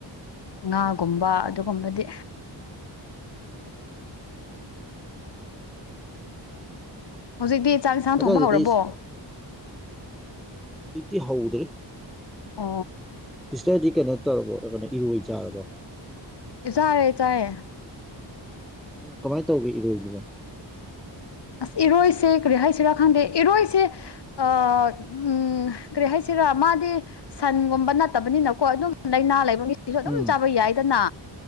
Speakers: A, on the left (about 60°); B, in the centre.
A: ꯉꯥꯒꯨꯝꯕ
B: ꯑꯥ
A: ꯑꯗꯨꯒꯨꯝꯕꯗꯤ ꯍꯧꯖꯤꯛꯇꯤ ꯆꯥꯛ ꯏꯟꯁꯥꯡ
B: ꯑꯗꯨꯋꯥꯏꯗꯗꯤ
A: ꯊꯣꯡꯕ ꯍꯧꯔꯕꯣ
B: ꯇ ꯍꯥꯎꯗ꯭ꯔꯤ
A: ꯑ
B: ꯁꯤꯁꯇꯔꯗꯤ ꯀꯩꯅꯣ ꯇꯧꯔꯕꯣ ꯀꯩꯅ ꯏꯔꯣꯏꯖꯔꯕꯣ
A: ꯆꯔꯦ ꯆꯑ
B: ꯎꯝ ꯀꯃꯥꯏꯅ ꯇꯧꯒꯦ ꯏꯔꯣꯏꯁꯤꯕꯣ
A: ꯑꯁ ꯏꯔꯣꯏꯁꯦ ꯀꯔꯤ ꯍꯥꯏꯁꯤꯔꯥ ꯈꯪꯗꯦ ꯏꯔꯣꯏꯁꯦ ꯎ ꯀꯔꯤ ꯍꯥꯏꯁꯤ ꯁꯤꯔ ꯃꯥꯗꯤ ꯁꯟꯒꯨꯝꯕ ꯅꯠꯇꯕꯅꯤꯅꯀꯣ ꯑꯗꯨꯝ ꯂꯥꯏꯅꯥ ꯂꯩꯕ ꯃꯤ ꯁꯨ ꯑꯗꯨꯝ
B: ꯎꯝ
A: ꯆꯥꯕ ꯌꯥꯏꯗꯅ